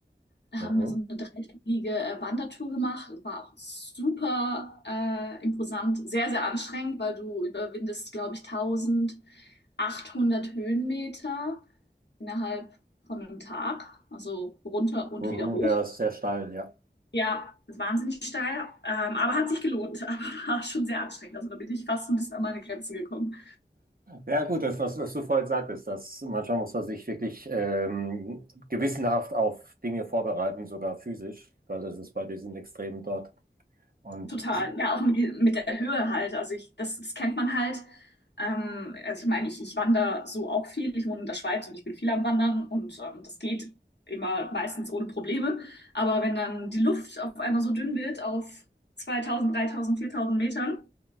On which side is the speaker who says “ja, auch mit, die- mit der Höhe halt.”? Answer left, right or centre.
Left